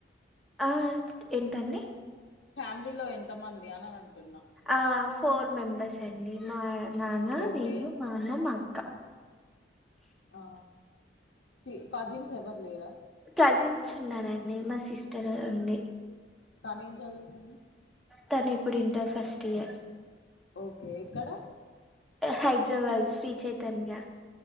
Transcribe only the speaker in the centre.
ఆ ఏంటండి
ఆ ఫోర్ మెంబర్స్ అండి మా నాన్న
నేను మా అమ్మ మా అక్క
కజిన్స్ ఉన్నారండి మా సిస్టర్ ఉంది
తను ఇప్పుడు ఇంటర్ ఫస్ట్ ఇయర్
హైదరాబాద్ శ్రీ చైతన్య